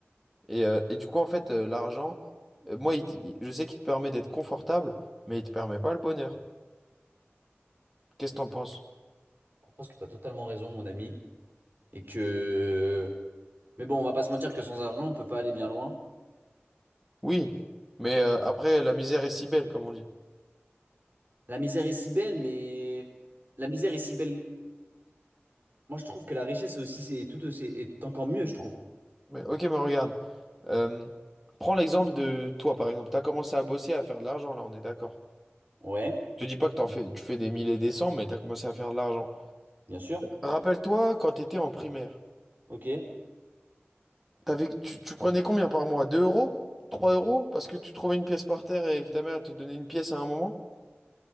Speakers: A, in the centre; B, on the right.
A: Et, euh, et du coup en fait euh, l'argent, euh, moi il te- il- je sais qu'il te permet d'être confortable, mais il te permet pas le bonheur. Qu'est-ce que t'en penses?
B: Je pense que tu as totalement raison, mon ami. Et que. Mais bon, on va pas se mentir que sans argent, on peut pas aller bien loin.
A: Oui, mais euh, après la misère est si belle comme on dit.
B: La misère est si belle, mais. La misère est si belle. Moi, je trouve que la richesse est aussi, c'est tout aussi, est encore mieux, je trouve.
A: Mais ok, mais regarde, euh, prends l'exemple de toi par exemple. T'as commencé à bosser à faire de l'argent là, on est d'accord.
B: Ouais,
A: Je te dis pas que t'en fais, tu fais des mille et des cents, mais t'as commencé à faire de l'argent.
B: bien sûr.
A: Rappelle-toi quand t'étais en primaire.
B: Ok,
A: T'avais, tu, tu prenais combien par mois? 2 euros? 3 euros? Parce que tu trouvais une pièce par terre et que ta mère te donnait une pièce à un moment?